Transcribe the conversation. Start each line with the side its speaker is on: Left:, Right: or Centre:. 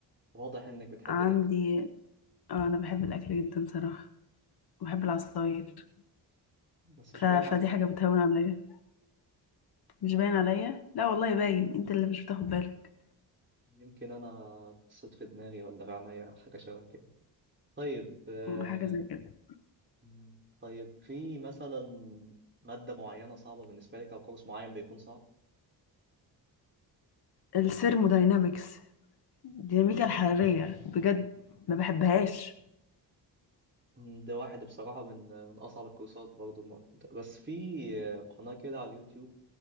Right: واضح انك بتحب
Left: عندي
Right: الاكل
Left: اه انا بحب الاكل جدا صراحة وبحب العصاير
Right: بس مش
Left: ف...
Right: باين
Left: فدي
Right: عليك
Left: حاجة بتهون عليا مش باين عليا لا والله باين انت اللي مش بتاخد بالك
Right: يمكن أنا قصت في دماغي ولا في عينيا أو حاجة شبه كده طيب آه،
Left: أم، حاجه زي كده
Right: مم، طيب في مثلا مادة معينة صعبة بالنسبة لك أو كورس معين بيكون صعب
Left: الثيرموداينامكس الديناميكا الحراريه بجد ما بحبهاش
Right: مم، ده واحد بصراحة من من أصعب الكورسات برضو الموجودة بس في آه، قناة كده على اليوتيوب